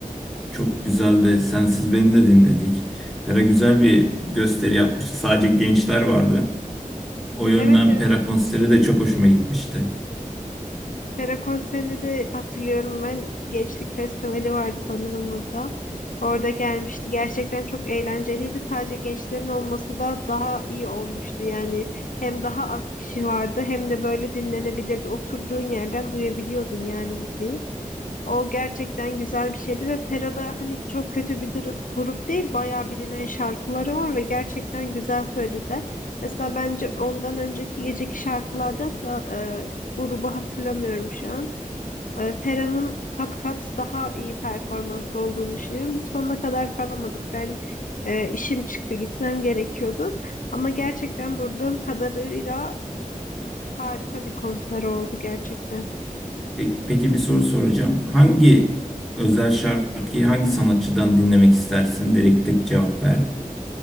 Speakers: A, in the centre; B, on the left.
A: Çok güzeldi. Sensiz Beni de dinledik. Pera güzel bir gösteri yapmıştı. Sadece gençler vardı. O yönden
B: Evet evet.
A: Pera konseri de çok hoşuma gitmişti.
B: Pera konserini de hatırlıyorum ben. Gençlik Festivali vardı sanırım burada. Orada gelmişti. Gerçekten çok eğlenceliydi. Sadece gençlerin olması da daha iyi olmuştu. Yani hem daha az kişi vardı hem de böyle dinlenebilirdi. Oturduğun yerden duyabiliyordun yani müziği. O gerçekten güzel bir şeydi ve Pera'da hani çok kötü bir duru- grup değil, bayağı bilinen şarkıları var ve gerçekten güzel söylediler. Mesela bence ondan önceki geceki şarkılardansa e, grubu hatırlamıyorum şu an. E, Pera'nın kat kat daha iyi performanslı olduğunu düşünüyorum. Biz Sonuna kadar kalamadık. Ben e, işim çıktı, gitmem gerekiyordu. Ama gerçekten durduğum kadarıyla harika bir konser oldu gerçekten.
A: Peki, peki bir soru soracağım. Hangi özel şarkıyı hangi sanatçıdan dinlemek istersin? Direkt tek cevap ver.